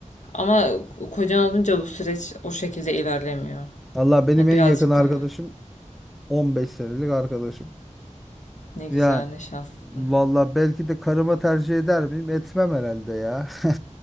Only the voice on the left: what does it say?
Ama kocan olunca bu süreç o şekilde ilerlemiyor.
Ha,
birazcık
daha.
Ne güzel,
ne şanslısın.